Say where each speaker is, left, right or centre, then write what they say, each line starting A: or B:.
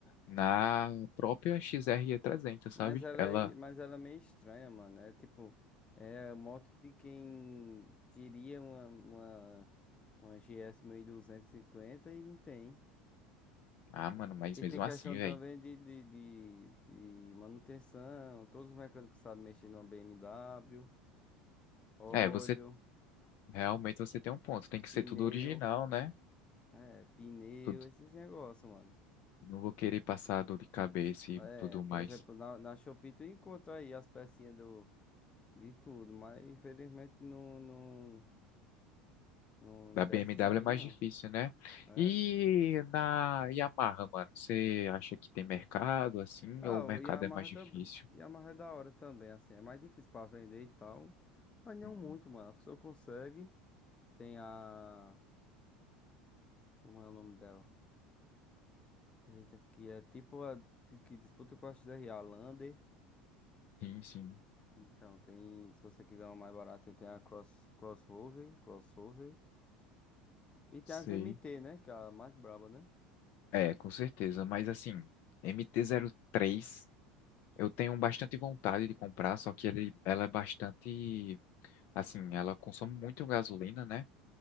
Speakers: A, on the left; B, on the left.
A: na própria XRE 300,
B: Mas
A: sabe?
B: ela
A: Ela.
B: é, mas ela é meio estranha, mano. É tipo, é moto de quem queria uma, uma, uma GS duzentos e cinquenta e não tem.
A: Ah, mano, mas
B: E
A: mesmo
B: tem questão
A: assim, velho.
B: também de, de, de, de manutenção. Todos os mecânicos sabem mexer numa BMW, óleo,
A: É, você. Realmente você tem um ponto. Tem que ser
B: pneu,
A: tudo original, né?
B: é, pneu,
A: Tudo.
B: esses negócios, mano.
A: Não vou querer passar dor de cabeça e
B: É,
A: tudo
B: por
A: mais.
B: exemplo, na, na Shopee tu encontra aí as pecinhas do, de tudo, mas infelizmente não, não, não
A: Da
B: dessas
A: BMW
B: aí
A: é mais
B: não.
A: difícil, né?
B: É.
A: E na Yamaha, mano, você acha que tem mercado assim
B: Ah,
A: ou o
B: o
A: mercado
B: Yamaha
A: é mais difícil?
B: também. Yamaha é da hora também, assim. É mais difícil pra vender e tal. Mas não
A: Uhum.
B: muito, mano. A pessoa consegue. Tem a. Como é o nome dela? Eita, que é tipo a que que disputa com a XR, a Lander.
A: Sim, sim,
B: Então, tem. Se você quiser uma mais barata, tem a Cross, Crossover, Crossover. E tem
A: sei.
B: as MT, né? Que é a mais braba, né?
A: É, com certeza, mas assim, mt três, eu tenho bastante vontade de comprar, só que ele, ela é bastante, assim, ela consome muito gasolina, né?